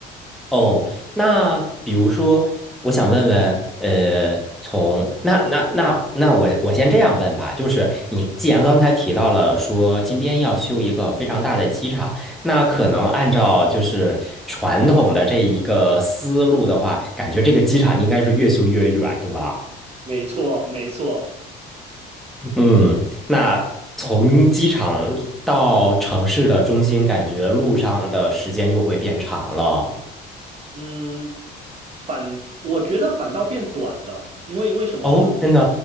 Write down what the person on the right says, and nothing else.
没错，没错。
嗯，反我觉得反倒变短了，因为为什么呢？